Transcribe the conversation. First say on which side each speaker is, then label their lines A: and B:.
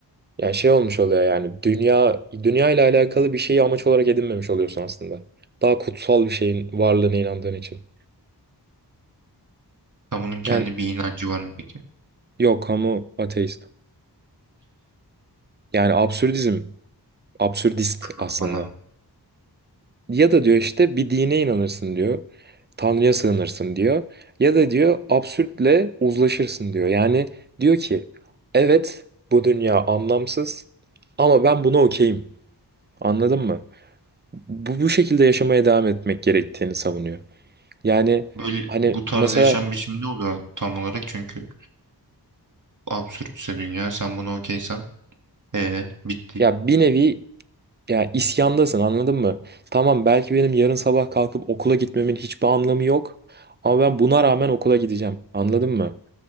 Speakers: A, on the right; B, on the right.
A: Yani şey olmuş oluyor yani dünya dünya ile alakalı bir şeyi amaç olarak edinmemiş oluyorsun aslında. Daha kutsal bir şeyin varlığına inandığın için.
B: Kamunun kendi
A: Yani
B: bir inancı var mı peki?
A: yok kamu ateist. Yani absürdizm, absürdist
B: Anladım
A: aslında.
B: anladım.
A: Ya da diyor işte bir dine inanırsın diyor. Tanrı'ya sığınırsın diyor. Ya da diyor absürtle uzlaşırsın diyor. Yani diyor ki evet bu dünya anlamsız ama ben buna okeyim. Anladın mı? Bu, bu şekilde yaşamaya devam etmek gerektiğini savunuyor. Yani
B: Böyle
A: hani
B: bu tarz
A: mesela
B: yaşam biçimi ne oluyor tam olarak? Çünkü absürtse dünya sen bunu okeysen ee, bitti.
A: ya bir nevi ya isyandasın anladın mı? Tamam belki benim yarın sabah kalkıp okula gitmemin hiçbir anlamı yok. Ama ben buna rağmen okula gideceğim. Anladın mı?